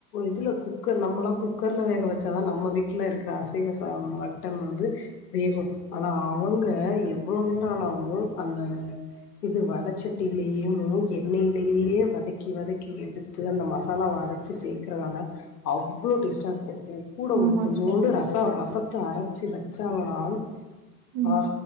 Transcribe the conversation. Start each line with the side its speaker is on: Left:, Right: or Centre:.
Left: இதுல குக்கர் நம்மளாம் குக்கர்ல வேக வச்சாதான் நம்ம வீட்டுல இருக்கிற அசைவச மட்டன் வந்து வேகும் ஆனா அவங்க எவ்வளவு நேரம் ஆனாலும் அந்த இது வடச்சட்டிலயமும் எண்ணெயிலயே வதக்கி வதக்கி எடுத்து அந்த மசாலா வரைச்சு சேக் க்கிறனால அவ்வளோ டேஸ்ட்டா இருக்கும் ஏன் ஸஷகூட உங்களுக்கு
Right: ஆமாங்
Left: கொஞ்சோண்டு
Right: தோழி
Left: ரசம் ரசத்தை அரை ச்சி வச்சாங்கனால்
Right: ம்
Left: ஆ